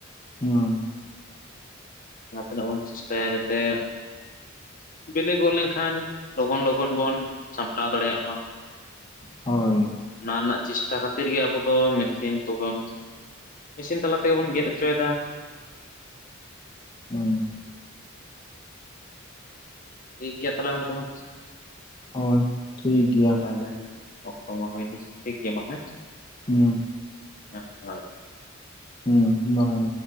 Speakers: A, on the left; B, on the left.
A: ᱦᱩᱸ
B: ᱡᱟᱸᱦᱟ ᱛᱤᱱᱟᱹᱜ ᱵᱚᱱ ᱪᱮᱥᱴᱟᱭᱟ ᱡᱟᱛᱮ ᱵᱮᱞᱮ ᱜᱚᱫ ᱞᱮᱱᱠᱷᱟᱱ ᱞᱚᱜᱚᱱ ᱞᱚᱜᱚᱱ ᱵᱚᱱ ᱥᱟᱢᱴᱟᱣ ᱫᱟᱲᱮᱭᱟᱜ ᱢᱟ
A: ᱦᱳᱭ
B: ᱚᱱᱟ ᱨᱮᱱᱟᱜ ᱪᱮᱥᱴᱟ ᱠᱷᱟᱹᱛᱤᱨ ᱜᱮ ᱟᱵᱚ ᱫᱚ ᱢᱮᱥᱤᱱ ᱠᱚᱵᱚᱱ ᱢᱮᱥᱤᱱ ᱛᱟᱞᱟ ᱛᱮᱜᱮ ᱵᱚᱱ ᱜᱮᱫ ᱦᱚᱪᱚᱭᱮᱫᱟ
A: ᱦᱳᱭ
B: ᱴᱷᱤᱠ ᱜᱮᱭᱟ ᱛᱟᱦᱚᱞᱮ ᱜᱚᱢᱠᱮ ᱢᱟ
A: ᱦᱳᱭ ᱴᱷᱤᱠ ᱜᱮᱭᱟ
B: ᱛᱟᱦᱚᱞᱮ ᱚᱠᱛᱚ ᱢᱟ ᱦᱩᱭᱱᱟ ᱴᱷᱤᱠ ᱜᱮᱭᱟ ᱢᱟ ᱦᱮᱸ
A: ᱦᱮᱸ
B: ᱦᱮᱸ ᱦᱳᱭ
A: ᱦᱩᱸ ᱵᱟᱭ